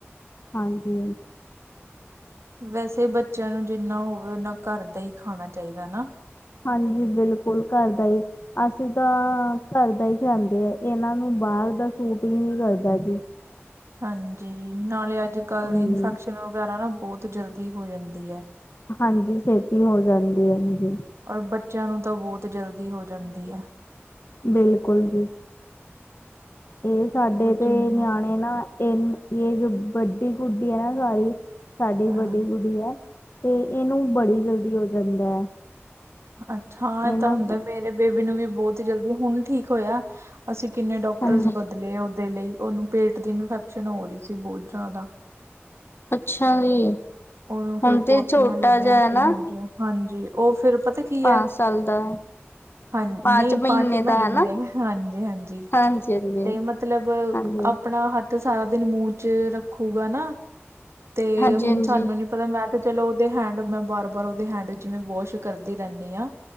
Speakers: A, on the left (about 55°); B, on the right (about 75°).
A: ਹਾਂਜੀ।
B: ਵੈਸੇ ਬੱਚਿਆਂ ਨੂੰ ਜਿੰਨਾ ਹੋਵੇ ਉਹਨਾ ਘਰ ਦਾ ਹੀ ਖਾਣਾ ਚਾਹੀਦਾ ਨਾ।
A: ਹਾਂਜੀ, ਬਿਲਕੁਲ ਘਰ ਦਾ ਹੀ, ਅਸੀਂ ਤਾਂ ਘਰ ਦਾ ਹੀ ਖਾਂਦੇ ਆ ਇਹਨਾਂ ਨੂੰ ਬਾਹਰ ਦਾ ਸੂਟ ਹੀ ਨਹੀਂ ਕਰਦਾ ਜੀ।
B: ਹਾਂਜੀ, ਨਾਲੇ ਅੱਜ ਕੱਲ੍ਹ
A: ਹਾਂਜੀ
B: ਦੀ ਇਨਫੈਕਸ਼ਨ ਵਗੈਰਾ ਨਾ ਬਹੁਤ ਜਲਦੀ ਹੋ ਜਾਂਦੀ ਹੈ।
A: ਹਾਂਜੀ, ਛੇਤੀ ਹੋ ਜਾਂਦੀ ਹਾਂ ਜੀ।
B: ਔਰ ਬੱਚਿਆਂ ਨੂੰ ਤਾਂ ਬਹੁਤ ਜਲਦੀ ਹੋ ਜਾਂਦੀ ਹੈ,
A: ਬਿਲਕੁਲ ਜੀ। ਇਹ ਸਾਡੇ
B: ਉਹ ਜਿੰਨਾ
A: ਤੇ ਨਿਆਣੇ ਨਾ ਇਹ ਏਜ ਵੱਡੀ ਹੁੰਦੀ ਹੈ ਨਾ ਸਾਡੀ, ਸਾਡੀ
B: ਹਾਂ
A: ਵੱਡੀ ਗੁੜੀਆ ਹੈ ਤੇ ਇਹਨੂੰ ਬੜੀ ਜਲਦੀ ਹੋ ਜਾਂਦਾ ਹੈ।
B: ਅੱਛਾ ਹਾਂ ਇਹ
A: ਇਹਨਾਂ
B: ਤਾਂ ਹੁੰਦਾ ਮੇਰੇ ਬੇਬੀ ਨੂੰ ਵੀ ਬਹੁਤ ਹੀ ਜਲਦੀ ਹੁਣ ਠੀਕ ਹੋਇਆ ਅਸੀਂ ਕਿੰਨੇ ਡਾਕਟਰਸ
A: ਹਾਂਜੀ
B: ਬਦਲੇ ਉਹਦੇ ਲਈ ਉਹਨੂੰ ਪੇਟ ਦੀ ਇਨਫੈਕਸ਼ਨ ਹੋ ਰਹੀ ਸੀ ਬਹੁਤ ਜ਼ਿਆਦਾ।
A: ਅੱਛਾ ਜੀ।
B: ਉਦੋਂ ਫਿਰ
A: ਹੁਣ ਤੇ
B: ਪੋਟੀਆਂ
A: ਛੋਟਾ
B: ਲੱਗੀਆਂ
A: ਜਿਹਾ
B: ਸੀ
A: ਹੈ ਨਾ
B: ਹਾਂਜੀ-ਹਾਂਜੀ ਉਹ ਫਿਰ ਪਤਾ ਕੀ
A: ਪਾਂਚ
B: ਹੈ,
A: ਸਾਲ ਦਾ ਹੈ
B: ਹਾਂ, ਨਹੀਂ
A: ਪਾਂਚ
B: ਪੰਜ ਮਹੀਨੇ
A: ਦਾ ਹੈ ਨਾ
B: ਹਾਂਜੀ-ਹਾਂਜੀ,
A: ਹਾਂਜੀ ਹਾਂਜੀ
B: ਤੇ ਮਤਲਬ
A: ਹਾਂਜੀ
B: ਆਪਣਾ ਹੱਥ ਸਾਰਾ ਦਿਨ ਮੂੰਹ ਚ ਰੱਖੂਗਾ ਨਾ, ਤੇ
A: ਹਾਂਜੀ ਹਾਂਜੀ
B: ਹੁਣ ਨੀ ਪਤਾ ਮੈਂ ਤੇ ਚਲੋ ਉਹਦੇ ਹੈਂਡ ਮੈਂ ਬਾਰ ਬਾਰ ਉਹਦੇ ਹੈਂਡ ਜਿਵੇਂ ਵੋਸ਼ ਕਰਦੀ ਰਹਿੰਦੀ ਹਾਂ।